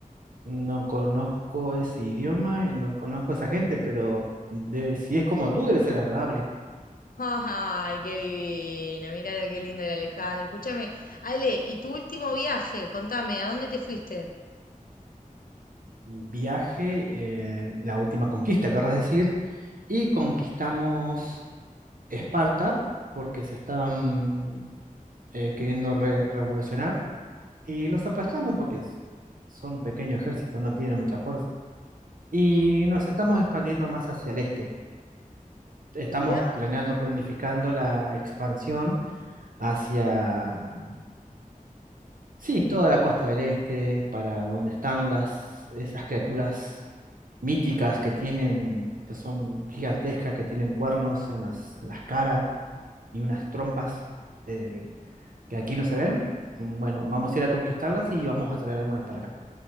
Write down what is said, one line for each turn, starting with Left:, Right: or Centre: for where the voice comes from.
Right: No conozco ese idioma y no conozco a esa gente, pero debe, si es como tú, debe ser agradable.
Left: Ay, qué divino. Mirá lo que lindo el Alejandro. Escúchame, Ale, ¿y tu último viaje? Contame, ¿a dónde te fuiste?
Right: Viaje, eh, la última conquista, querrás decir, y conquistamos Esparta, porque se estaban eh, queriendo re- revolucionar, y los aplastamos porque s- son un pequeño ejército, no tienen mucha fuerza. Y nos estamos expandiendo más hacia el este. Estamos
Left: Mirá.
Right: planeando, planificando la expansión hacia, mm, sí, toda la costa del este, para donde están las, esas criaturas míticas que tienen, que son gigantescas, que tienen cuernos en las, en las caras y unas trompas eh, que aquí no se ven. Bueno, vamos a ir a conquistarlas y vamos a traer algunas para acá.